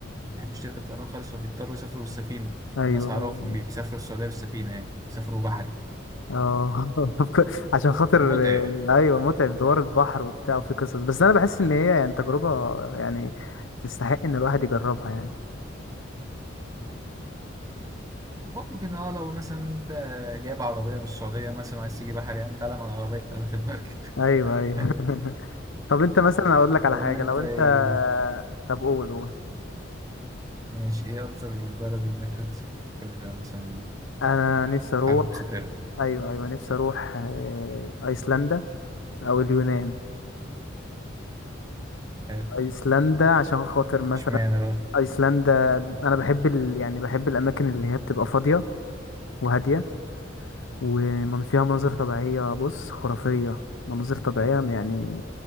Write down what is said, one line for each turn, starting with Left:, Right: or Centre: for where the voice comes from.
Right: بتحبش تركب طيران خالص فبيضطروا يسافروا بالسفينه
Left: ايوه
Right: الناس اعرفهم
Left: ايوه
Right: بيسافروا السعوديه بالسفينه يعني بيسافروا بحري
Left: اه <laughs> عشان خاطر
Right: متعب
Left: ايوه متعب دوار البحر وبتاع وفي قصص بس انا بحس ان هي يعني تجربه يعني تستحق ان الواحد يجربها يعني
Right: ممكن اه لو مثلا انت جايب عربيه من السعوديه مثلا وعايز تيجي بحري يا عم تعالى مع العربيه تعالى في المركب
Left: ايوه ايوه
Right: <laughs>
Left: <laughs> طب انت مثلا اقول لك
Right: يقول
Left: على حاجه
Right: لي انت
Left: لو
Right: إيه؟
Left: انت طب قول قول
Right: ماشي ايه اكتر البلد اللي نفسك تسافرها مثلا
Left: انا نفسي اروح
Right: حابب تسافرها
Left: ايوه ايوه نفسي اروح آه، ايسلندا او اليونان
Right: حلو.
Left: ايسلندا عشان خاطر مثلا
Right: اشمعنى بقى
Left: ايسلندا انا بحب ال... يعني بحب الاماكن اللي هي بتبقى فاضيه وهاديه ومن فيها مناظر طبيعيه بص خرافيه مناظر طبيعيه يعني